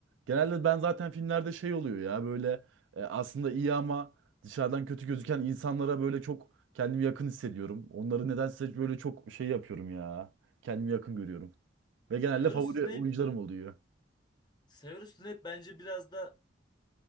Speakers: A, on the right; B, on the left.
A: Genelde ben zaten filmlerde şey oluyor ya böyle e, aslında iyi ama dışarıdan kötü gözüken insanlara böyle çok kendimi yakın hissediyorum. Onları nedense böyle çok şey yapıyorum ya. Kendimi yakın görüyorum. Ve
B: Severus
A: genelde favori
B: Snape
A: oyuncularım oluyor.
B: Severus Snape bence biraz da